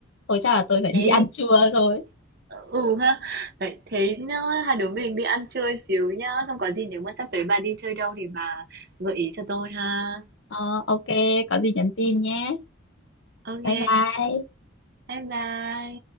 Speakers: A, on the left; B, on the right.
A: Thôi chắc là tôi phải đi
B: ê
A: ăn trưa rồi.
B: ừ ha đấy thế nhá, hai đứa mình đi ăn chơi xíu nhá xong có gì nếu mà sắp tới bà đi chơi đâu thì bà gợi ý cho tôi ha
A: Ờ, ok, có gì nhắn tin nhé.
B: ok
A: Bye bye.
B: bye bye